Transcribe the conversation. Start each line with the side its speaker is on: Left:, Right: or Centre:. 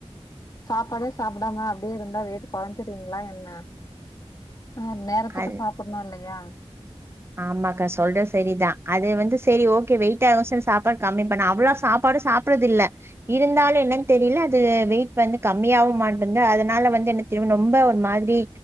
Left: சாப்பாடே சாப்படாம அப்டியே இருந்தா வெய்ட்டு கொறஞ்சிருவிங்ளா என்ன? அ நேரத்துக்கு
Right: அது
Left: சாப்புட்ணு இல்லையா?
Right: ஆமாக்கா சொல்ற செரிதா அது வந்து சேரி ஓகே வெயிட் ஆவு சொல் சாப்பாடு கம்மி பண்ணே அவ்ளோ சாப்பாடு சாப் ப்றதில்ல இருந்தாலு என்னன் தெரில அது வெயிட் வந்து கம்மியாவு மாட்டன்தா அதுனால வந்து என்னத் தெரிமா நொம்ப ரொம்ப ஒரு மாதிரி